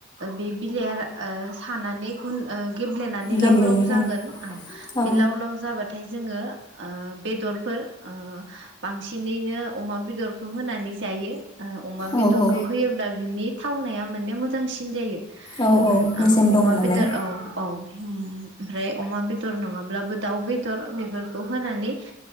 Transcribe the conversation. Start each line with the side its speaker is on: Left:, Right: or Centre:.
Right: बे बिलाइआ सानानै गुन। गेब्लेनानै
Left: गेब्लेयो
Right: लाव लाव जागोन
Left: औ
Right: बे लाव लाव जाबा। ओमफ्राय जोङो ओ बेदरफोर ओ। बांसिनैनो अमा बेदरखौ होनानै जायो। ओ अमा बेदरखौ
Left: औ औ
Right: होयोब्ला बिनि थावनाया माने मोजांसिन जायो।
Left: औ
Right: ओम
Left: औ
Right: ओ
Left: मेजेम दङ
Right: अमा
Left: नालाय
Right: बेदर औ औ। होम ओमफ्राय अमा बे अमा बेदर नङाब्लाबो दाउ बेदर बेफोर। होननानै।